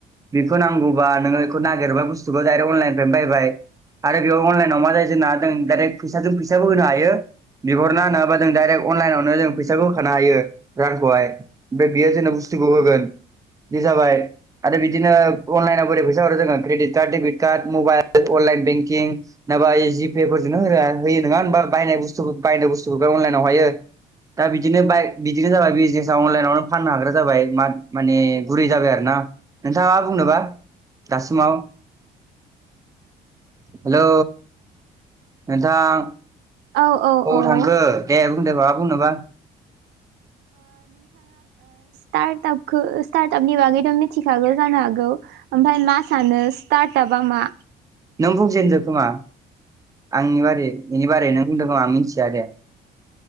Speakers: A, on the right (about 20°); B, on the right (about 80°).
A: बेखौ नांगौबा नोंङो खौ नागिरबाय बुस्थुखौ डाइरे अनलाइन बायबाय। आरो बेयाव अनलाइनाव मा जायो जोंना जों डाइरेक्ट फैसाजों फैसाबो होनो हायो। बिहरना होनाबा जों डाइरेक्ट अनलाइनावनो जों फैसाखौ हो खानो हायो रानखौहाय ओमफ्राय बेयो जोंब बुस्थु <unintelligible> होगोन बे जाबाय आरो बिदिनो अनलायेनाव बोरै फैस <unintelligible> हरो जोङो credit card debit card mobile online banking नाबा जिपे फोरजोंनो हो होयो नङा ओनबा बायनाय बुस्थुफो बाय बुस्थु लायेनाव हायो। दा बिदिनो बाय बिदिनो जाबाय बिजनेसा अनलाइनावनो फाननो हाग्रा जाबाय मा माने गुरै जाबाय आरो ना <unintelligible> नोंथाङा मा बुंनोबा? दासिमाव हेलौ नोंथां
B: औ औ
A: अबाव
B: ओ
A: थांखो दे बुंदो माबा बुंनोबा।
B: टार्टआपखो स्टार्ट आपनि बागैथ' मिथिखागौ जानो हागौ ओमफाय मा सानो स्टार्ट आप बा मा?
A: नों बुंजेनदो खोमा आंनि बारै बेनि बारैनों बुंदों आं मिथिया दे।